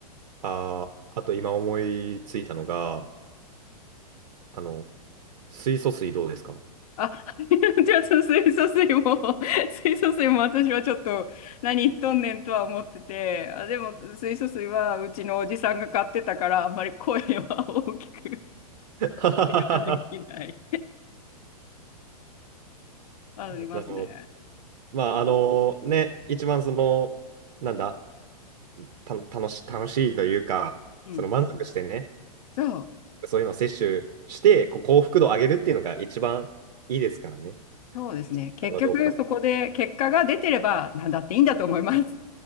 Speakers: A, on the right; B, on the left.
A: ああ、あと今思いついたのが、あの、水素水どうですか
B: あ、<laughs> じゃあ、その水素水も、水素水も私はちょっと何言っとんねんとは思ってて、あ、でも水素水はうちのおじさんが買ってたから、あんまり声は大きく、
A: <laughs>
B: ではできない。ありますね。
A: なるほど。まあ、あのね、一番その、なんだ、た、楽し、楽しいというか、
B: うん。
A: その満足してね、
B: そう。
A: そういうのを摂取して、こう幸福度を上げるっていうのが一番いいですからね。
B: そうですね。結局、
A: あれはどうか。
B: そこで結果が出てれば何だっていいんだと思います。